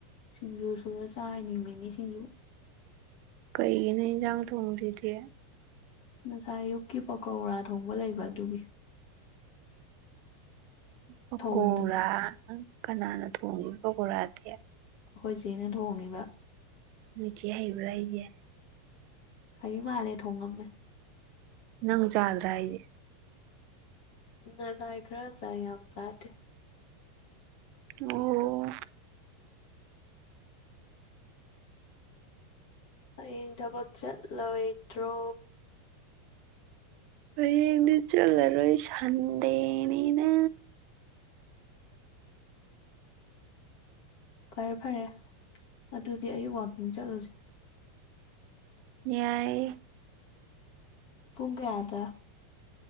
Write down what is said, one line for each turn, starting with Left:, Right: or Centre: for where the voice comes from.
Left: ꯁꯤꯡꯖꯨ ꯁꯔ ꯆꯥꯔꯅꯤ ꯃꯤ ꯃꯤ ꯁꯤꯡꯖꯨ
Right: ꯀꯩ ꯅ ꯒ ꯊꯣꯡꯂꯤꯗꯤ
Left: ꯉꯁꯥꯏ ꯑꯌꯨꯛꯀꯤ ꯄꯀꯧꯔꯥ ꯊꯣꯡꯕ ꯂꯩꯕ ꯑꯗꯨꯒꯤ
Right: ꯄꯀꯣꯔꯥꯪ
Left: ꯊꯣꯡꯗ꯭ꯔꯦ
Right: ꯀꯅꯥꯅ ꯊꯣꯡꯉꯤꯕ ꯄꯀꯣꯔꯥꯗꯤ
Left: ꯍꯣꯏꯖꯤꯦ ꯏꯩꯅ ꯊ ꯍꯣꯡꯒꯦ
Right: ꯅꯨꯡꯊꯤ ꯍꯩꯕ꯭ꯔꯥ ꯑꯩꯁꯦ
Left: ꯑꯩꯩ ꯃꯥꯂꯦꯠꯣꯡꯒ ꯃ
Right: ꯅꯪ ꯆꯥꯗ꯭ꯔꯥ ꯍꯥꯏꯗꯤꯦ
Left: ꯅꯉꯥꯏ ꯈꯔ ꯆꯥꯏ ꯌꯥꯝ ꯆꯥꯗꯦ
Right: ꯑꯣ
Left: ꯍꯌꯦꯡ ꯊꯕꯛ ꯆꯠꯂꯣꯏꯗ꯭ꯔꯣ
Right: ꯍꯅ ꯆꯂꯔꯣꯣꯏ ꯁꯥꯟꯗꯦꯅꯤꯅ
Left: ꯐꯔꯦ ꯐꯔꯦ ꯑꯗꯨꯗꯤ ꯑꯩꯌꯨ ꯋꯥꯛꯀꯤꯡ ꯆꯠꯂꯨꯁꯦ
Right: ꯌꯥꯏ
Left: ꯄꯨꯨꯡꯒꯥꯗ